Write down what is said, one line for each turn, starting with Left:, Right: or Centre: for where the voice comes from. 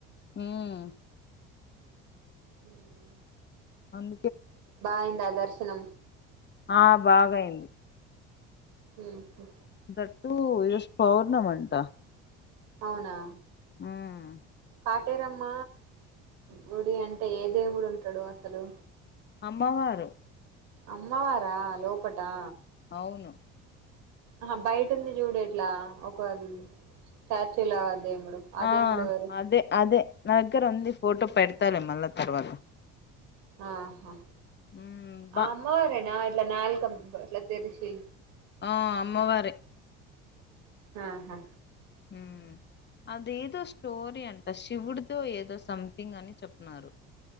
Left: హమ్
Right: హమ్
Left: అన్
Right: బాగాయిందా దర్శనం.
Left: ఆ బాగాయింది
Right: హమ్మ
Left: థాట్ టూ ఈరోజ్ పౌర్ణమంటా.
Right: అవునా
Left: హమ్
Right: కాటేరమ్మ గుడి అంటే ఏ దేవుడు ఉంటాడు అసలు
Left: అమ్మవారే
Right: అమ్మవారా లోపటా
Left: అవును
Right: ఆ బయట ఉంది చూడు ఇట్ల ఒకది స్టాట్యూ లా వేముడు అదే
Left: ఆ
Right: <unintelligible>
Left: అదే అదే నా దగ్గర ఉంది ఫటో పెద్తలే మళ్ళా తర్వాత
Right: ఆహా
Left: మ్ బా
Right: ఆ అమ్మవారే నా ఇట్లా నాలికం ఇట్ల తెరిసి
Left: ఆ అమ్మవారే
Right: ఆహా
Left: ఉహ్ అదేదో స్టోరీ అంట శివుడితో ఏదో సంథింగ్ అని చెప్తున్నారు.